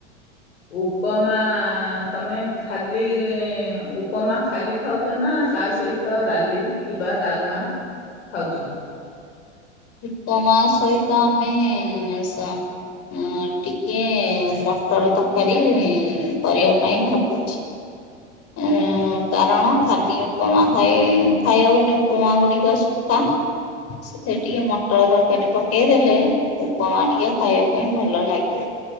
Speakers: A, on the left; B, on the left.
A: ଉପମା ତମେ ଖାଲି, ଉପମା ଖାଲି ଖାଉଚ ନା ତା ସହିତ ଡାଲି କିମ୍ବା ଡାଲମା ଖାଉଚ?
B: ଉପମା ସହିତ ଆମେ ସ ମୁଁ ଟିକେ ମଟର ତରକାରୀ କରିବା ପାଇଁ ଭାବୁଛି। ଉଁ କାରଣ ଖାଲି ଉପମା ଖାଇ ଖାଇହବନି ଉପମା ଗୁଡିକ ସୁଖା ଖା <unintelligible> ଟିକେ ମଟର ତରକାରୀ ପକେଇ ଦେଲେ, ଉପମା ଟିକେ ଖାଇବା ପାଇଁ ଭଲ ଲାଗିବ।